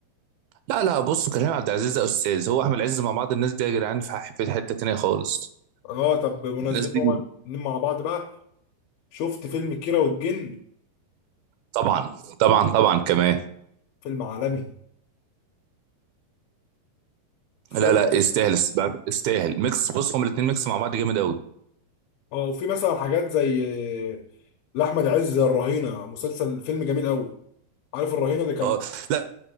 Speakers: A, on the right; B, on the left.
A: لا لا بص كريم عبد العزيز ده استاذ هو احمد عز مع بعض الناس دي يا جدعان في ح- في حته تانيه خالص
B: اه طب بمناسبة
A: الناس دي
B: هما الاتنين مع بعض بقى شفت فيلم كيرة والجن
A: طبعا طبعا طبعا كمان
B: فيلم عالمي في
A: لا
B: مثلا
A: لا يستاهل يستاهل ميكس بص هما الاثنين ميكس مع بعض جامد قوي
B: اه وفي مثلا حاجات زي آه، لأحمد عز زي الرهينة مسلسل فيلم جميل قوي عارف الرهينة اللي كان
A: اه لا